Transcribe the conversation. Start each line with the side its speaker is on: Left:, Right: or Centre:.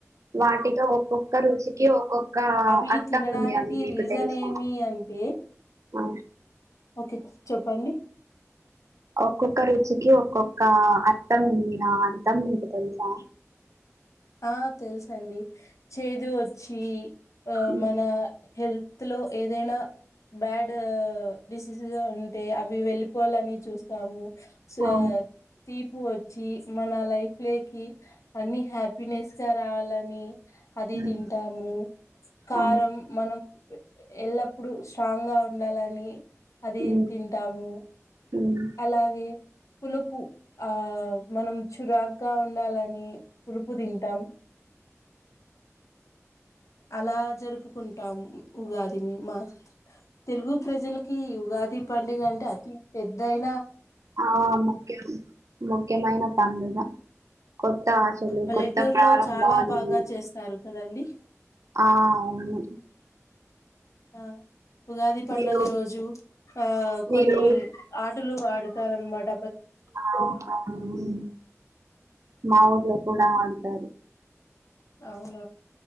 Right: వాటితో ఒప్పు ఒక్క రుచికి ఒక్కొక్క
Left: అవి
Right: అర్థం
Left: తినడానికి
Right: ఉంది అని మీకు
Left: రీజన్
Right: తెలుసా
Left: ఏమి అంటే
Right: ఆ
Left: ఓకే చెప్పండి
Right: ఒక్కొక్క రుచికి ఒక్కొక్క అర్థం ఉంది ఆ అర్థం మీకు తెలుసా
Left: ఆ తెలుసండి చేదు వచ్చి ఆ
Right: మ్మ్
Left: మన హెల్త్ లో ఏదైనా బ్యాడ్ డిసీజస్ ఉంటే అవి వెళ్ళిపోవాలని చూస్తాము సా
Right: ఆ
Left: తీపు వచ్చి మన లైఫ్ లోకి అన్ని హ్యాపీ పినేస్గా రావాలని అది
Right: మ్మ్
Left: తింటాము కారం
Right: ఆ
Left: మనం ఎల్లప్పుడు స్ట్రాంగ్ గా ఉండాలని అది
Right: మ్మ్
Left: తింటాము
Right: మ్మ్
Left: అలాగే పులుపు ఆ మనం చురాగ్గా ఉండాలని పులుపు ప్పు తింటాం అలా జరుపుకుంటాము ఉగాదిని మా తెలుగు ప్రజలకి ఉగాది పండుగ అంటే అతి పెద్దయి
Right: ఆ ముఖ్యం ముఖ్యమైన పండుగ కొత్త ఆశలు
Left: పల్లెటూరులో
Right: కొత్త ప్రారంభాలు
Left: చాలా బాగా చేస్తారు కదండి
Right: ఆ అవును
Left: ఆ ఉగాది పండుగ
Right: మీరు
Left: రోజు ఆ కొన్ని
Right: మీరు
Left: ఆటలు ఆడుతారన్నమాట
Right: ఊ మా ఊర్లో కూడా ఆడుతారు
Left: అవున